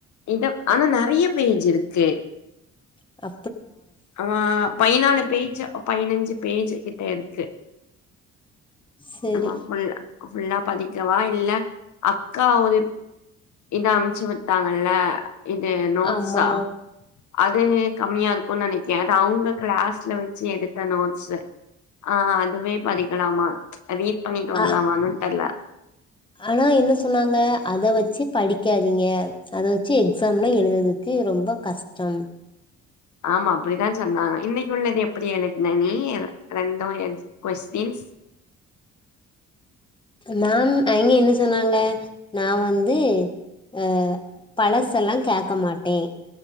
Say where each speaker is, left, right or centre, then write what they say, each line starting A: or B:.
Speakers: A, on the left; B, on the left.
A: இதும் ஆனா நறைய பேஜ் இருக்கு
B: அ
A: அ பய்னாலு பேஜு பய்னஞ்சு பேஜு கிட்ட இருக்கு
B: செரி
A: நம்மோ ஃபுல் ஃபுல்லா பாதி ங்க வா இல்ல அக்கா ஒரு இது அம்ச்சு வி த்தாங்கல்ல இது நோட்ஸா
B: ஆமா
A: அது கம்மியாரு நெனைக்க அது அவ்ங்க க்ளாஸ்ல வெச்சு எடுத்த நோட்ஸு அ அ அதுவே பாடிக்கலாமா ரீட் பண்ணிட்டு வரலாமான்னு
B: ஆ
A: தெர்ல
B: ஆனா என்ன சொன்னாங்க அத வெச்சு படிக்காதீங்க அத வெச்சு எக்ஸாம்லா எழுததுக் ரொம்ப கஷ்டோன்
A: ஆமா அப்படிதா சொன்னாங்க இன்னைக் உள்ளது எப்படி எழுத்ன நீ ரெண்டு எக்ஸ் கொஸ்டின்ஸ்
B: மேம் அனைக்கே என்ன சொன்னாங்க நா வந்து அ பழசெல்லா கேக்க மாட்டே